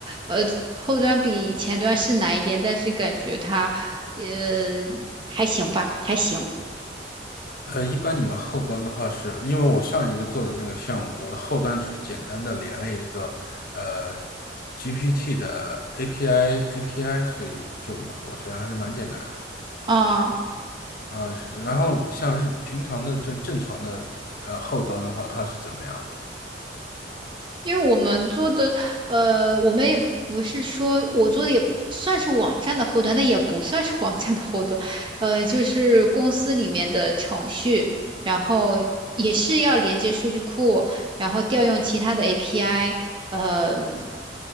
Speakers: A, on the right; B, on the left.
A: 呃，后端比前端是难一点，但是感觉它呃还行吧，还行。
B: 呃，一般你们后端的话是，因为我上一个做的那个项目，我的后端只是简单的连了一个呃 GPT 的 API API，所以就嘛我觉得还是蛮简单的
A: 啊。
B: 啊。是然后像是平常的这正常的呃后端的话，它是怎么样的？
A: 因为我们做的，呃，我们也不是说我做的也算是网站的后端，但也不算是网站的后端，呃，就是公司里面的程序，然后也是要连接数据库，然后调用其他的 API，嗯、